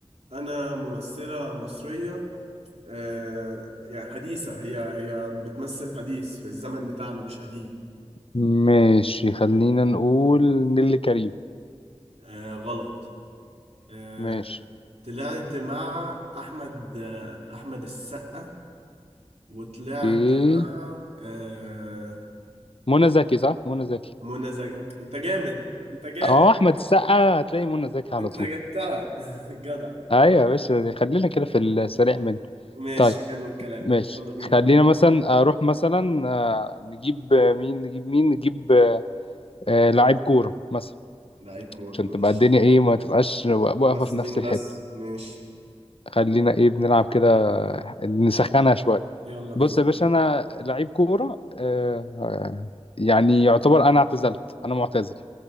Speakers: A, on the right; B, on the left.
A: انا ممثلة مصرية آه يعني حديثة هي هي بتمثل حديث في الزمن بتاعنا مش قديم
B: ماشي خلينا نقول نيللي كريم
A: آه غلط آه،
B: ماشي
A: طلعت مع احمد احمد السقا وطلعت
B: ايه
A: مع آه،
B: منى زكي صح منى زكي
A: منى زكي انت جامد انت جامد
B: اه أحمد السقا هتلاقي منى زكي على
A: انت
B: طول
A: جبتها <laughs> جدع
B: أيوة يا باشا خلينا كده في السريع منه
A: ماشي
B: طيب
A: حلو الكلام
B: ماشي
A: يلا بينا
B: خلينا مثلا أروح مثلا آه، نجيب مين نجيب مين نجيب آه، آه لعيب كورة مثلا
A: لعيب كورة
B: عشان
A: ماشي
B: تبقى الدنيا ايه ما تبقاش واقفة
A: ممثلين
B: في نفس الحتة
A: بس ماشي
B: خلينا ايه بنلعب كده نسخنها شوية
A: يلا بينا
B: بص يا باشا انا لعيب كورة آه آه، يعني يعتبر انا اعتزلت انا معتزل